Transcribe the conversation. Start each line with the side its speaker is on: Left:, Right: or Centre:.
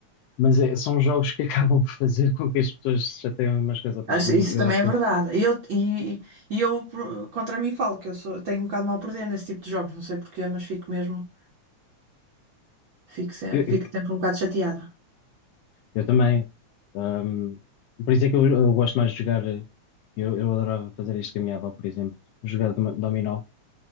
Left: mas é- são jogos que <laughs> acabam por fazer com que as pessoas se chateiem umas com as outras.
Right: Acho-
Left: E
Right: Isso
Left: eu, eu
Right: também
Left: às
Right: é
Left: vezes.
Right: verdade. E eu, e, e eu por- contra mim falo que eu sou, tenho um bocado mal a perder nesse tipo de jogos, não sei porquê, mas fico mesmo, fico, se-
Left: Eu,
Right: fico
Left: eu,
Right: sempre um bocado chateada.
Left: eu também. Ahm, por isso é que eu, eu gosto mais de jogar. eh, Eu, eu adorava fazer isto com a minha avó, por exemplo. Jogar dom- dominó.